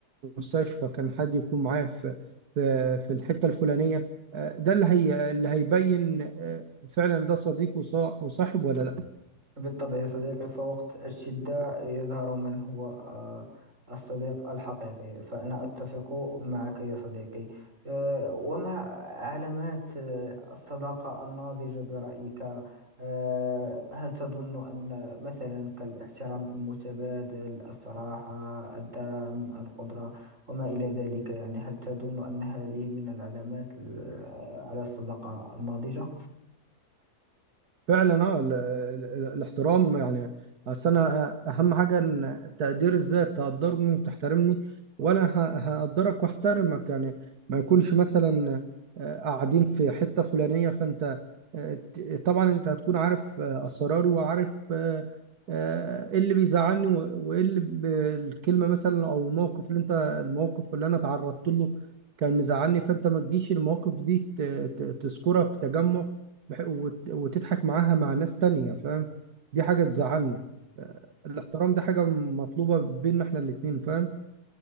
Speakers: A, on the right; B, on the right.
A: مستشفى كان حد يكون معايا في في في الحتة الفلانية آه، ده اللي هي اللي هيبين آه، فعلا ده صديق وصا- وصاحب ولا لا
B: بالطبع يا صديقي فوقت الشدة يظهر من هو آه، الصديق الحقيقي فأنا أتفق معك يا صديقي آه، وما علامات آه، الصداقة الناضجة برأيك آه، هل تظن أن مثلا كالاحترام المتبادل الصراحة الدعم القدرة وما إلى ذلك يعني هل تظن أن هذه من العلامات آه، على الصداقة الناضجة؟
A: فعلا اه ال- ال- الاحترام يعني اصل انا آه، اهم حاجه ان تقدير الذات تقدرني وتحترمني وانا ه- هقدرك واحترمك يعني ما يكونش مثلا آه، قاعدين في حته فلانيه فانت آه، ت- طبعا انت هتكون عارف آه، اسراري وعارف آه، آه، ايه اللي بيزعلني و- وايه اللي ب- الكلمه مثلا او الموقف اللي انت الموقف اللي انا تعرضت له كان مزعلني فانت ما تجيش المواقف دي ت- ت- تذكرها في تجمع بح- وت- وتضحك معاها مع ناس تانية فاهم دي حاجة تزعلني آه، الاحترام ده حاجة مطلوبة بيننا احنا الاتنين فاهم